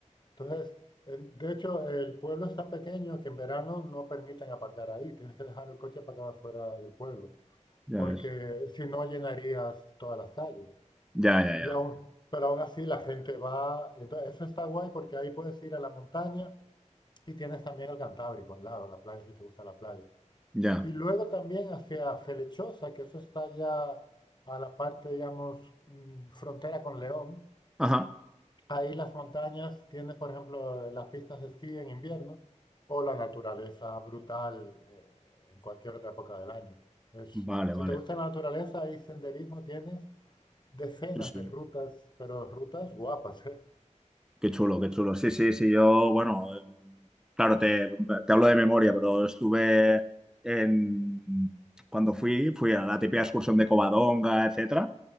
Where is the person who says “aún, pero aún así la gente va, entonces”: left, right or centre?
Left